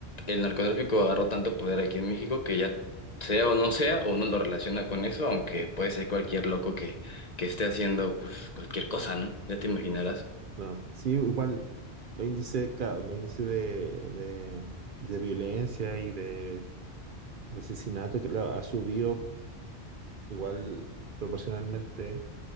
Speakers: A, on the left (about 40°); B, on the right (about 55°).
A: el narcotráfico agarró tanto poder aquí en México que ya sea o no sea, uno lo relaciona con eso, aunque puede ser cualquier loco que, que esté haciendo pues cualquier cosa, ¿no? Ya te imaginarás.
B: Claro, sí, igual los índices, claro, los índices de, de, de violencia y de, de asesinato que claro, ha subido igual proporcionalmente